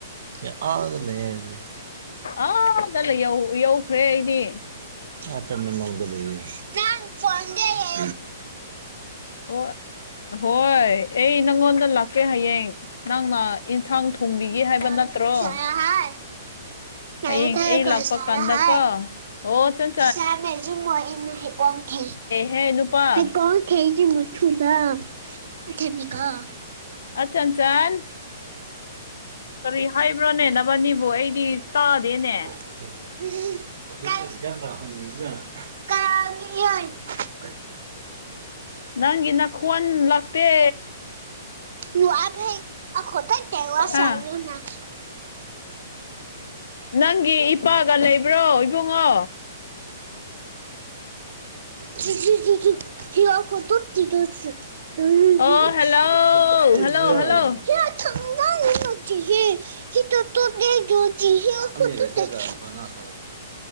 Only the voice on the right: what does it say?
ꯀꯦ ꯑꯥꯗ ꯂꯩꯌꯦꯅꯦ
ꯑꯇ ꯃꯅꯨꯡꯗ ꯂꯩꯌꯦ ꯅꯪ ꯐꯣꯟꯗꯦꯀꯣ
ꯍꯤ
ꯅꯪ
ꯁꯥꯍꯥꯏ ꯁꯥꯔ
ꯍꯥꯏ
<unintelligible>
<unintelligible>
<unintelligible> <unintelligible>
<unintelligible>
ꯆꯨ ꯆꯨ ꯖꯨ ꯖꯨ ꯍꯤ ꯋꯥ ꯀꯣ ꯇꯣ ꯀꯤꯘꯣꯠꯖꯨ <unintelligible> <unintelligible>